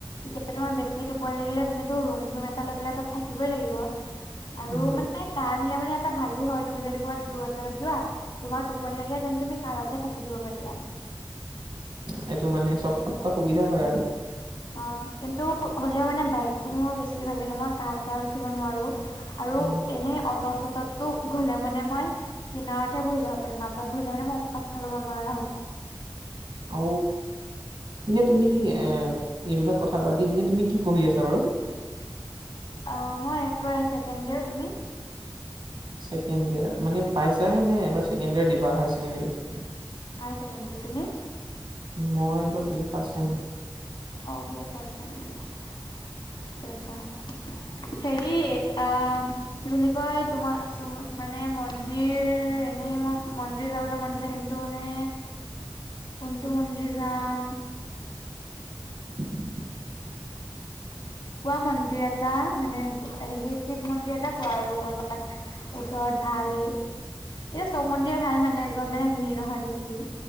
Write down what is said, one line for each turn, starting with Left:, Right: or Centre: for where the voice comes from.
Left: এতিয়া তোমাৰ বেছি টোপনি লাগিল তুমিতো ৰুম চুম এটা লৈ পেলাই তাত থাকিবই লাগিব। আৰু
Right: উম
Left: মানে কাৰনিলে মানে এটা ভালো হয় তুমি যদি ক'ৰবাত দূৰত যাবাত যোৱা, তোমাৰ টোপনি লাগে তেন্তে তুমি কাৰতে থাকি দিব পাৰিবা।
Right: সটো মানে চব
Left: তেনেকুৱা
Right: থ সুবিধা হয় আৰু।
Left: অ কিন্তু হ'লেও মানে বাইকতটো মোৰ বেছি ভাল লাগে মই কাৰ চাৰ উঠিব নোৱাৰোঁ আৰু
Right: উম
Left: এনেই অ'টো' চ'টটো গ'লে মানে মই কিনাৰতহে বহি যাব পাৰি মাজত বহিলে মানে মই সসচ খাব নোৱাৰা হৈ যাওঁ।
Right: অ, এনে তুমি এ-এইবিলাক কথা পাতি এনে তুমি কি পঢ়ি আছা বাৰু?
Left: অ, মই এবাৰ ছেকেণ্ড ইয়েৰ, তুমি?
Right: ছেকেণ্ড ইয়াৰ মানে পাইছে নে? এবাৰ কেণ্ড ইয়াৰ দিবা হায় ছেকেণ্ডাৰী?
Left: হাই ছেকেণ্ডাৰী, তুমি?
Right: মই এইবাৰ বি এ ফাৰ্ষ্ট চেম।
Left: <inaudible> <inaudible> আচ্ছা আচ্ছা হেৰি আ, কি বুলি কয় তোমাৰ তো মানে মন্দিৰ এনেই মোৰ মন্দিৰ যাবলৈ মনছে কিন্তু ত মানে কোনটো মন্দন্দিৰ যাম
Right: <inaudible>
Left: কোৱা মন্দিৰ এটা মানে হেৰি শিৱ মন্দিৰ এটা কোৱা আৰু কৰবাত। ওচৰত ভাল এ চব মন্দিৰ ভাল মানে যত মানে ভিৰ নহয় বেছি।